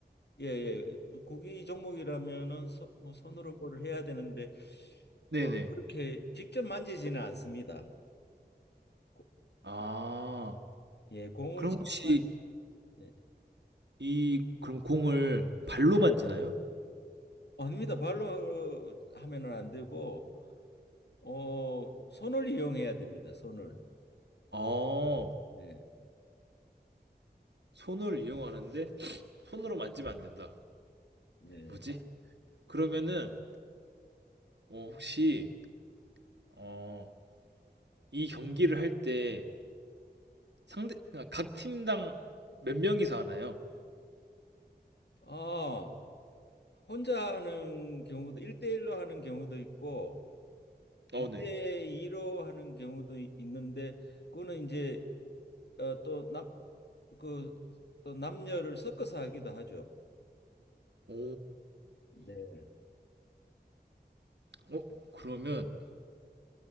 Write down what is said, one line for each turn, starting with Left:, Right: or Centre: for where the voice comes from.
Left: 예예 국이 종목이라면은 서, 뭐 손으로 뭐를 해야 되는데
Right: 네네.
Left: 어, 그렇게 직접 만지지는 않습니다. 고-
Right: 아,
Left: 예 공을
Right: 그럼
Left: 직접
Right: 혹시
Left: 만 예.
Right: 이 그럼 공을 발로 만지나요?
Left: 아닙니다. 발로 하면은 안 되고 어 손을 이용해야 됩니다. 손을
Right: 어,
Left: 네
Right: 손을 이용하는데 손으로 만지면 안 된다.
Left: 네.
Right: 뭐지? 그러면은 어, 혹시 어, 이 경기를 할 때 상대 아, 각 팀당 몇 명이서 하나요?
Left: 아 혼자 하는 경우도 일대일로 하는 경우도 있고 2대
Right: 어, 네.
Left: 2로 하는 경우도 이- 있는데 그거는 이제 어, 또 남, 그, 또 남녀를 섞어서 하기도 하죠.
Right: 오,
Left: 네.
Right: 어, 그러면